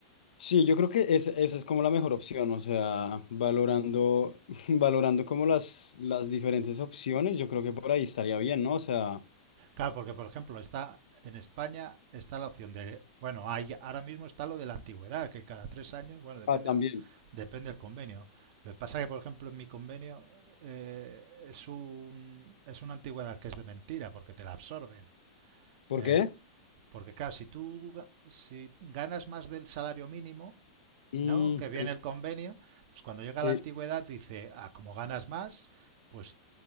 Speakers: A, on the left; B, on the right.
A: Sí, yo creo que es- esa es como la mejor opción, o sea, valorando, <laughs> valorando como las, las diferentes opciones, yo creo que por ahí estaría bien, ¿no? O sea,
B: Claro, porque por ejemplo, está en España está la opción de, bueno, hay ahora mismo está lo de la antigüedad, que cada tres años, bueno, depende
A: ah, también.
B: del, depende del convenio. Lo que pasa es que, por ejemplo, en mi convenio eh, es un, es una antigüedad que es de mentira, porque te la absorben.
A: ¿Por
B: ¿eh?
A: qué?
B: Porque claro, si tú ga- si ganas más del salario mínimo,
A: Mm,
B: ¿no? Que viene
A: claro.
B: el convenio, pues cuando llega
A: eh,
B: la antigüedad dice, ah, como ganas más, pues